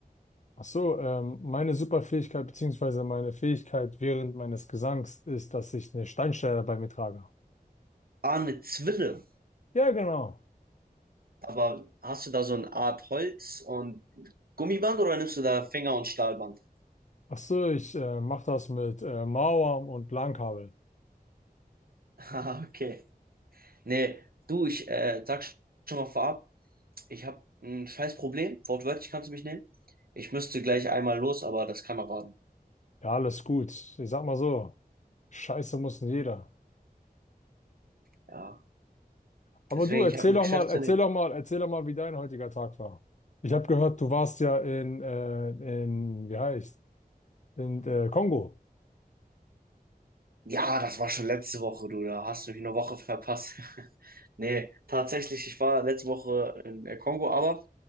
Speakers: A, on the left; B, on the right.
A: Ach so, ähm, meine Superfähigkeit beziehungsweise meine Fähigkeit während meines Gesangs ist, dass ich eine Steinschleuder bei mir trage.
B: Ah, eine Zwille.
A: Ja, genau.
B: Aber hast du da so eine Art Holz und Gummiband oder nimmst du da Finger- und Stahlband?
A: Ach so, ich äh, mache das mit äh, Mauern und Langkabel.
B: <laughs> Ah, okay. Nee, du, ich äh, sag schon mal vorab, ich habe ein scheiß Problem. Wortwörtlich kannst du mich nehmen. Ich müsste gleich einmal los, aber das kann erwarten.
A: Ja, alles gut. Ich sag mal so, Scheiße muss nicht jeder.
B: Ja,
A: Aber
B: deswegen,
A: du, erzähl
B: ich habe eine
A: doch
B: Geschäftsidee.
A: mal, erzähl doch mal, erzähl doch mal, wie dein heutiger Tag war. Ich habe gehört, du warst ja in, äh, in, wie heißt, in äh, Kongo.
B: Ja, das war schon letzte Woche, du. Da hast du mich eine Woche verpasst. <laughs> Nee, tatsächlich, ich war letzte Woche in der Kongo, aber